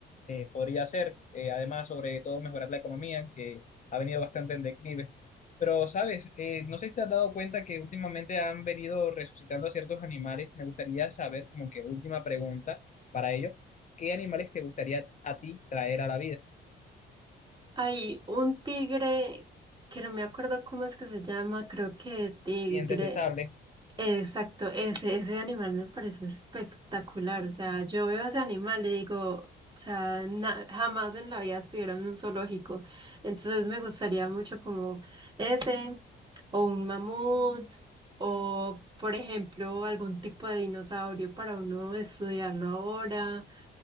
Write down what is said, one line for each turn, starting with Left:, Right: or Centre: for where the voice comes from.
Left: eh, podría hacer. Eh, además, sobre todo mejorar la economía, que ha venido bastante en declive. Pero, ¿sabes? Eh, no sé si te has dado cuenta que últimamente han venido resucitando a ciertos animales. Me gustaría saber, como que última pregunta para ello, ¿qué animales te gustaría a ti traer a la vida?
Right: Hay un tigre que no me acuerdo cómo es que se llama, creo que tigre.
Left: Dientes de sable
Right: Exacto, ese, ese animal me parece espectacular. O sea, yo veo ese animal y digo, o sea, na- jamás en la vida estuviera en un zoológico. Entonces me gustaría mucho como ese, o un mamut, o por ejemplo, algún tipo de dinosaurio para uno estudiarlo ahora.